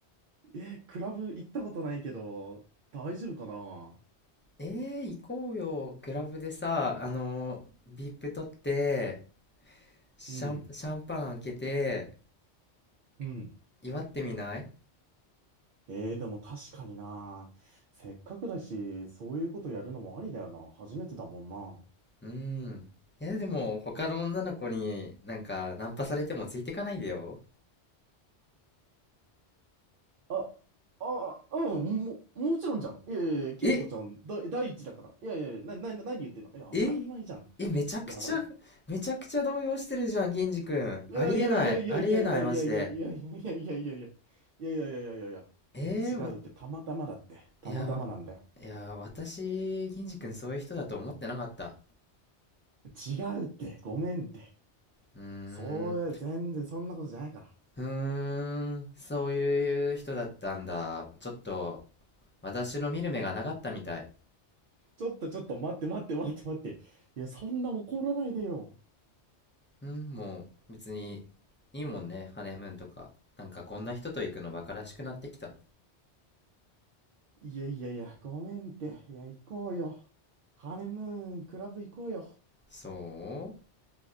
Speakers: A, on the right; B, on the left.
A: えー、クラブ行ったことないけど、大丈夫かな
B: えー、行こうよ。クラブでさ、あの、VIP 取って、シャン、
A: うん、
B: シャンパン開けて、
A: うん。
B: 祝ってみない
A: えー、でも確かにな。せっかくだし、そういうことやるのもありだよな。初めてだもんな。
B: うん。いや、でも、他の女の子になんか、ナンパされてもついてかないでよ。
A: あ、あ、うん、も、もちろんじゃん。いやいやいや、ケイコちゃん、
B: え
A: だ、第一だから。いやいや、な、な、な何言ってんのいや、当たり前じゃん。
B: ええ、めちゃくちゃ、
A: やだな。
B: めちゃくちゃ動揺してるじゃん、銀次くん。
A: いやいやいやいやいやいやいやいやいやいやいやいやいやいや
B: ありえない、ありえない、マジで。
A: いやいやいやいやいやいや
B: えー、
A: 違うってたまたまだってたまたまなんだよ
B: わ、いや、わいや、私、銀次くんそういう人だと思ってなかった。
A: 違うってごめんって
B: うーん、
A: そう全然そんなことじゃないから
B: うーん、そういう人だったんだ。ちょっと、私の見る目がなかったみたい。
A: ちょっとちょっと待って待って待って待っていやそんな怒らないでよ
B: うん、もう別にいいもんね、ハネムーンとか。なんかこんな人と行くのバカらしくなってきた。
A: いやいやいやごめんっていや行こうよハネムーンクラブ行こうよ
B: そ